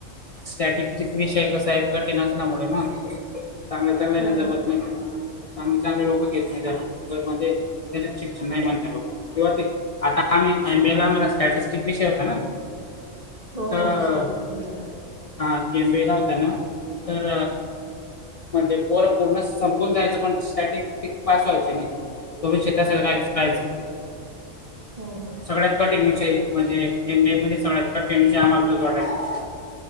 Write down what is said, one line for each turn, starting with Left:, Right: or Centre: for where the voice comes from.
Left: स्टॅटिस्टिक विषय कसा हाय कठीण असल्यामुळे ना. चांगल्या-चांगल्याना
Right: हो
Left: जमत नाही. चांगली-चांगली लोकं घेत नाही त्याना तर म्हणजे त्याच्यात शिक्षण नाही म्हणतात लोक किंवा ते आता आम्ही एमबीएला स्टॅटिस्टिक विषय होता ना.
Right: हो
Left: तर
Right: हो असतो की एमबीएला.
Left: हा एमबीएला होता ना तर म्हणजे पोर पूर्ण संपून जायचं पण स्टॅटेस्टिक पास व्हायची नाही. तो विषय सगळ्यांच रायचा.
Right: हो हो
Left: <inaudible> सगळ्यात कठीण विषय म्हणजे एमबीए मध्ये सगळ्यात कठीण विषय आम्हाला तोच वाटायचा.